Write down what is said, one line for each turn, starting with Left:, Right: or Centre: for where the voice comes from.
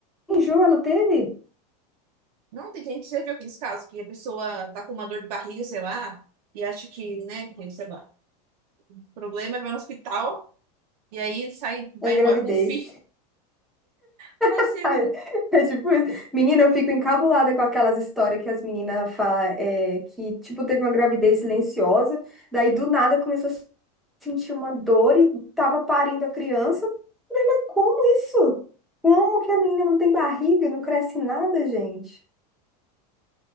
Centre: enjoo ela teve
Right: Não, tem gente que já viu aqueles casos que a pessoa tá com uma dor de barriga, sei lá, e acha que, né, que, sei lá, o problema é vai no hospital. E aí sai, vai
Centre: na gravidez.
Right: embora com o filho. <laughs> Tá nascendo,
Centre: <laughs> Ai,
Right: né?
Centre: É tipo isso. Menina, eu fico encabulada com aquelas histórias que as meninas falam é, que, tipo, teve uma gravidez silenciosa, daí do nada começou a sentir uma dor e tava parindo a criança. Eu falei, Mas como isso? Como que a menina não tem barriga, não cresce nada, gente?